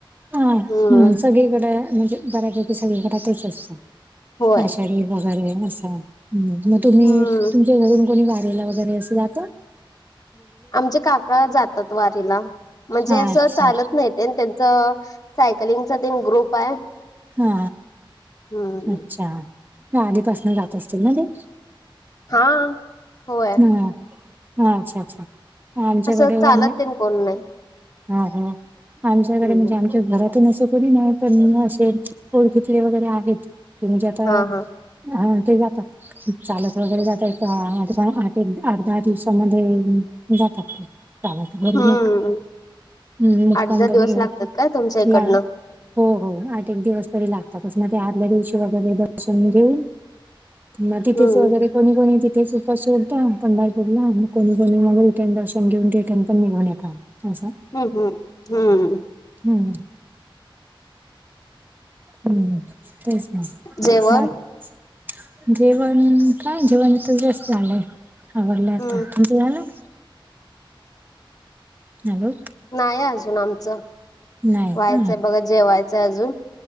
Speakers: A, on the right; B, on the left.
A: ह हम्
B: हम्म
A: सगळीकडे म्हणजे बऱ्यापैकी सगळीकडं तेच असतं
B: होय
A: आषाढी वगैरे असं. मग तुम्ही
B: हम्म
A: तुमच्या घरून कोणी वारीला वगैरे असे जात?
B: आमचे काका जातात वारीला म्हणजे
A: हा
B: असं
A: अच्छा
B: चालत नाही. त्यांन त्यांच सायकलिंगचा ग्रुप आहे.
A: हा
B: हम्म
A: अच्छा! आधीपासन जात असतील ना ते?
B: हा होय
A: हम्, अच्छा! अच्छा! आमच्याकडे
B: असं चालत
A: आम्ही
B: ते कोण नाही-
A: हा ह आमच्याकडे
B: हम्म
A: म्हणजे आम घरातून असं कोणी नाही पण असे ओळखितले वगैरे आहेत. ते म्हणजे आता,
B: हा हा
A: हा ते जाता. चालत वगैरे जाता येते आता आठ एक आठ दहा दिवसामध्ये जातात चालत घरून
B: हम्म
A: एक हम्, मुक्काम
B: आठ दहा
A: वगैरे
B: दिवस लागतात
A: होत.
B: काय तुमच्या इकडनं
A: लांब हो हो आठ एक दिवस तरी लागतातच मग ते आदल्या दिवशी वगैरे दर्शन घेऊन म तिथेच
B: हम्म
A: वगैरे कोणी कोणी तिथेच उपास सोडतं पंढरपूरला मग कोणी कोणी मग रिटर्न दर्शन घेऊन रिटर्न पण निघून येतात. असं.
B: हम्म, हम्म, हम्म-
A: हम्म, हम्म तेच ना,
B: जेवण
A: बाकी जेवण काय जेवण तर जस्ट झालंय आवरले आवरलेय आता
B: हम्म
A: तुमचं झालंय. हॅलो
B: नाही अजून आमचं
A: नाही
B: व्हायचंय
A: का
B: बघा जेवायचंय अजून